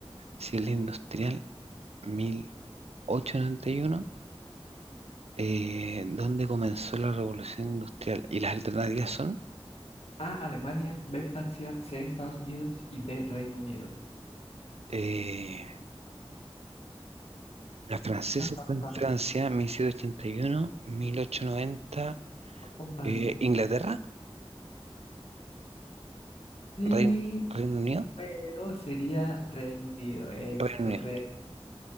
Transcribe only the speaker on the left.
A. Alemania. B. Francia. C. Estados Unidos. Y D. Reino Unido.
Vamos
con pan-
Sí,
pero sería Reino Unido. Es
correcto.